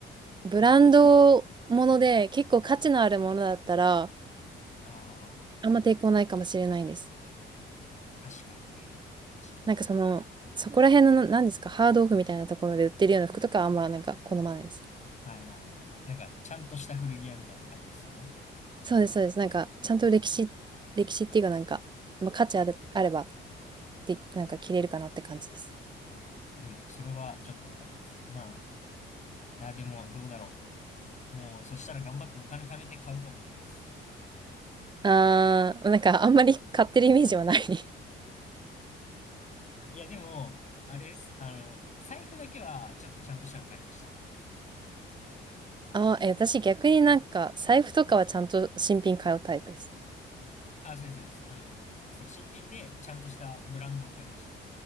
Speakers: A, on the right; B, on the left.
A: う。ブランドもので結構価値のあるものだったら、
B: あ
A: あんま抵抗ないかもしれないです。
B: あ、確かにね。確かに確
A: なんかその、そこら辺のな、なんですか、ハードオフみたいなところで売ってるような服とかはあんまなんか好まないです。
B: かに。はいはいはい。なんか、ちゃんとした古着屋みたいな感じですよね。
A: そうです、そうです。なんか、ちゃんと歴史、歴史っていうかなんか、まあ、価値ある、あれば、で、なんか着れるかなって感じです。
B: ああ、でも、それはちょっとわかります。まあ、いや、でも、どうだろう。もう、そしたら頑張ってお金貯めて買うかもしれないです。
A: あー、なんかあんまり買ってるイメージはない <laughs>
B: いや、でも、あれです。あの、財布だけは、ちょっとちゃんとしたの買いました。
A: あー、え、私逆になんか、財布とかはちゃんと新品買うタイプです。
B: あ、そうです、そうです。あの、そう、新品で、ちゃんとしたブランドを買いました。